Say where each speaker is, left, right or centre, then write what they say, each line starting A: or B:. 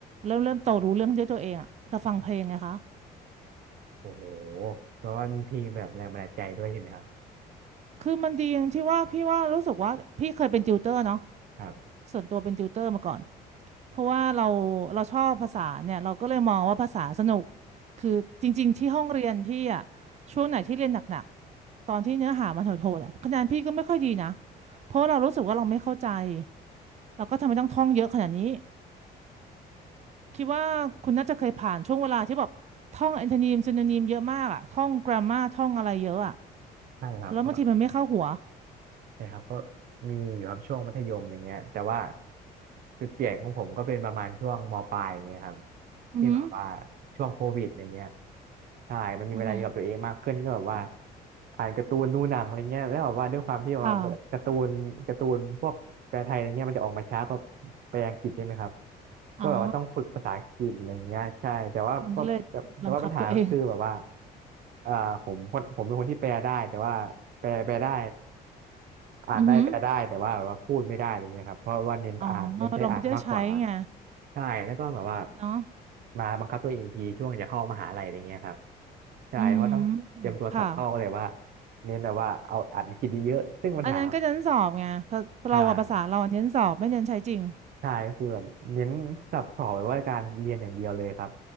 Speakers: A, on the right; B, on the right.
A: เริ่มเริ่มโตรู้เรื่องด้วยตัวเองอ่ะเราฟังเพลงไงคะ
B: โอ้โหเพราะว่ามีเพลงแบบแรงบันดาลใจด้วยเห็นไหมครับ
A: คือมันดีอย่างที่ว่าพี่ว่ารู้สึกว่าพี่เคยเป็นติวเตอร์เนาะ
B: ครับ
A: ส่วนตัวเป็นติวเตอร์มาก่อน เพราะว่าเราเราชอบภาษาเนี่ยเราก็เลยมองว่าภาษาสนุกคือจริงๆที่ห้องเรียนพี่อะช่วงไหนที่เรียนหนักๆตอนที่เนื้อหามันโหดๆอะคะแนนพี่ก็ไม่ค่อยดีนะเพราะว่าเรารู้สึกว่าเราไม่เข้าใจเราก็ทำไมต้องท่องเยอะขนาดนี้คิดว่าคุณน่าจะเคยผ่านช่วงเวลาที่แบบท่องแอนทนีม y ีนีมเยอะมากอะท่องกรา m มาท่องอะไรเยอะอะ
B: ใช่ครับก็
A: แล้วบางทีมันไม่เข้าหัว
B: ใช่ครับก็มีอยู่ครับช่วงมัธยมอย่างเงี้ยแต่ว่าจุดเปลี่ยนของผมก็เป็นประมาณช่วงมปลายอย่างเงี้ยครับ
A: อือหือ
B: ที่แบบว่าช่วงโควิดอย่างเงี้ยใช่มันมีเวลาอยู่กับตัวเองมากขึ้นก็แบบว่า
A: อือหือ
B: อ่านการ์ตูนดูหนังอะไรเงี้ยแล้วแบบว่าด้วยความที่แบบว่าการ์ตูนการ์ตูนพวกแปลไทยอะไรเงี้ยมันจะออกมาช้ากว่า
A: ค่ะ
B: แปลอังกฤษใช่ไหมครับก็แบบว่าต้องฝึกภาษาอังกฤษอะไรเงี้ยใช่แต่ว่าก็แต่แต่ว่าปัญหาก็คือแบบว่า
A: อ๋อมันก็เลยบังคับตัวเอง
B: เอ่อผมคนผมเป็นคนที่แปลได้แต่ว่าแปลแปลได้ อ่านได้แปลได้แต่ว่าแบบว่าพูดไม่ได้อะไรเงี้ยครับเพราะว่าเน้นอ่านเน้นใช้อ่านมากกว่า
A: อือหืออ๋อเราไม่ได้ใช้ไง
B: ใช่แล้วก็แบบว่า
A: เนาะ
B: มาบังคับตัวเองอีกทีช่วงจะเข้ามหาลัยอะไรเงี้ยครับใช่เพราะต้องเตรียมตัวสอบเข้าก็เลยว่า
A: อืมค่ะ
B: เน้นแบบว่าเอาอ่านกินเยอะๆซึ่งปัญหา
A: อันนั้นก็เน้นสอบไงภาเราอะภาษาเราเน้นสอบไม่เน้นใช้จริง
B: ใช่ใช่ก็คือแบบเน้นสับสอบแบบว่าการเรียนอย่างเดียวเลยครับ